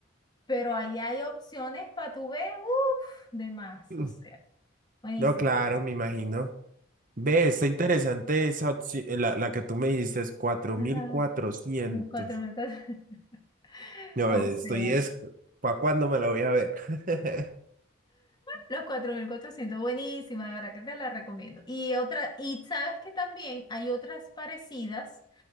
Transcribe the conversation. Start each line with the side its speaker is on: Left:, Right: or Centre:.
Left: pero ahí hay opciones para tu ver, uff, de más,
Right: Mm,
Left: o sea, buenísimo.
Right: No, claro, me imagino. Ve, está interesante esa opci- eh, la, la que tú me dijiste es cuatro
Left: Ajá.
Right: mil cuatrocientos.
Left: Los 4.400. <laughs>
Right: No,
Left: O
Right: eh,
Left: sea,
Right: estoy es, ¿para cuándo me la voy a ver? <laughs>
Left: los 4.400, buenísima, de verdad que te la recomiendo. Y otra, y sabes que también hay otras parecidas,